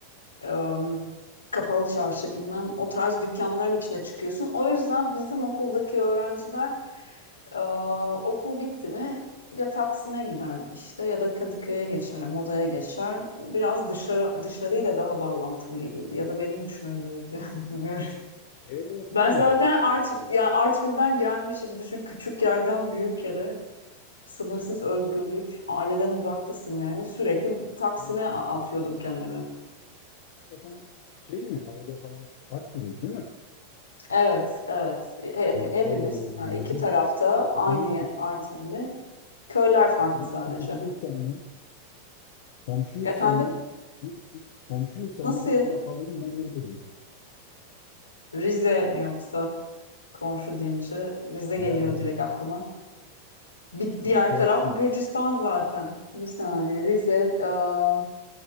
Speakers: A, on the left; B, on the left.
A: em, kapalı çarşı bilmem o tarz dükkanların içine çıkıyorsun. O yüzden bizim okuldaki öğrenciler e, okul bitti mi ya Taksim'e gider işte ya da Kadıköy'e geçer, Moda'ya geçer. Biraz dışarı dışarıyla daha bağlantılı gibiydi ya da benim için öyle oldu <laughs> yani bilmiyorum.
B: Şeye yakın
A: Ben
B: mıydı?
A: zaten Art,
B: Ee,
A: yani Artvin'den gelmişim düşün küçük yerden büyük yere sınırsız özgürlük, aileden uzaktasın yani sürekli Taksim'e
B: orada
A: a- atıyordum kendimi.
B: hakikaten şey mi aile falan Artvin değil mi?
A: Evet, evet. E, Hep,
B: Yani
A: hepimiz
B: orada doğdum
A: yani iki
B: dedim.
A: tarafta aynı
B: O zaman komşu,
A: Artvinli. Köyler farklı
B: o zaman
A: sadece.
B: komşuyuz seninle. Komşuyuz
A: Efendim
B: seninle. Bir- bir- Komşuyuz seninle
A: nasıl
B: bir bakalım ben ne diyeyim.
A: Rize mi yoksa komşu deyince Rize geliyor
B: Bilemedim.
A: direkt aklıma. Bir diğer
B: Yaklaştım.
A: taraf Gürcistan zaten. Bir saniye Rize, aa,